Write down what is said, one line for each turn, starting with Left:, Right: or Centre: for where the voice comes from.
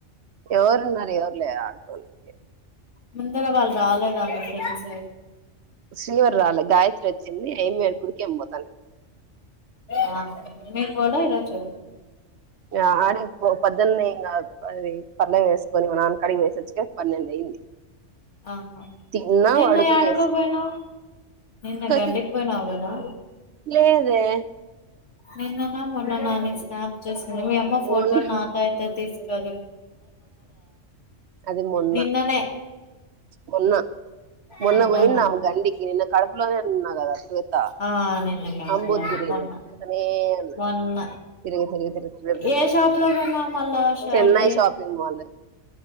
Right: ఎవరున్నారు ఎవరులే ఆడుకోనికి
Left: ముందర వాళ్ళు రాలేదా మీ ఫ్రెండ్స్
Right: వాసునర్ రాలే గాయత్రి వచ్చింది ఎమో గుడికేమో సండే
Left: హ మీర్ పోలే ఈరోజు
Right: ఆ అడక్ పోతన్ పొద్దునే ఏం కథ్ పది పాన్లని చేసుకొని మాల్ కడకి పోయ్సచూకే పన్నెండు అయింది.
Left: ఆహా
Right: తిన్నా
Left: నిన్న
Right: పడుకునేసా
Left: యాడికో పోయినవ్? నిన్న
Right: కతి
Left: గన్డికి పోయినవ్ కదా?
Right: లేదే
Left: నిన్ననో మొన్ననో నీ స్నాప్ చూస్ అరేయ్ మీ అమ్మ
Right: మొన్న
Left: ఫోటో నాకైతద్ తీస్కెల్లు
Right: అది మొన్న
Left: నిన్ననే
Right: మొన్న మొన్న
Left: మొన్ననా
Right: పోయి గండకి నిన్న కడుపులో తిన్న కదా తిరుగుతా
Left: ఆ నిన్న కనిపియాలే
Right: అంబోద్ తిరిగినట్టు
Left: మొన్న
Right: తిరుగుతనే ఉన్నా
Left: మొన్న
Right: తిరిగి తిరిగి తిరిగి తిరిగి తిరిగి
Left: ఏ షాప్ లో కొనావ్ మల్ల ఆ సారీ
Right: చెన్నై షాపింగ్ మాల్